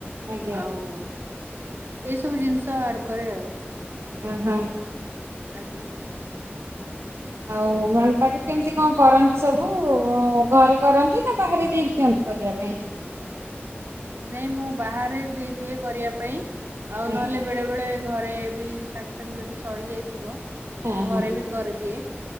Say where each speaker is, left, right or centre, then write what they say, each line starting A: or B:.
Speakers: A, on the right; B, on the right.
A: ଆଜ୍ଞା
B: ଆଉ ଏଇ ସବୁ ଜିନିଷ ଆଡ୍ କରେ ଆଉ।
A: ଉଁ ହୁଁ।
B: ଆଜ୍ଞା।
A: ଆଉ ମାନେ ତାକୁ କେମିତି କଣ କରନ୍ତି ସବୁ ଘରେ କରନ୍ତି ନା ବାହାରେ ଦେଇ ଦିଅନ୍ତି କରିବା ପାଇଁ?
B: ନାଇଁ ମୁଁ ବାହାରେ ଦେଇଦିଏ କରିବା ପାଇଁ। ଆଉ
A: ଆଜ୍ଞା
B: ନହେଲେ ବେଳେ ବେଳେ ଘରେ ବି ସାଙ୍ଗେ ସାଙ୍ଗେ ଯଦି ସରି ଯାଇଥିବ
A: ହଁ
B: ଘରେ
A: ହଁ
B: ବି କରିଦିଏ।